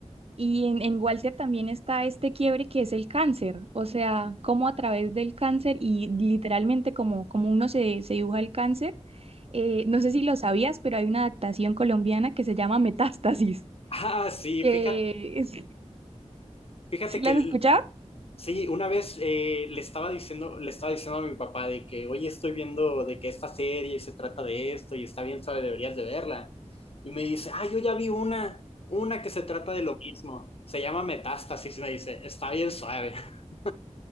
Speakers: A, on the right; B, on the left.
A: Y en, en Walter también está este quiebre que es el cáncer, o sea, cómo a través del cáncer y literalmente como, como uno se, se dibuja el cáncer, eh, no sé si lo sabías, pero hay una adaptación colombiana que se llama Metástasis,
B: Ah, sí,
A: que
B: fíjate.
A: <laughs> es-
B: Fíjate
A: ¿sí las
B: que
A: has escuchado?
B: Sí, una vez eh, le estaba diciendo, le estaba diciendo a mi papá de que, oye, estoy viendo de que esta serie se trata de esto y está bien suave, deberías de verla. Y me dice, ah, yo ya vi una, una que se trata de lo mismo. Se llama Metástasis, me dice, está bien suave. <laughs>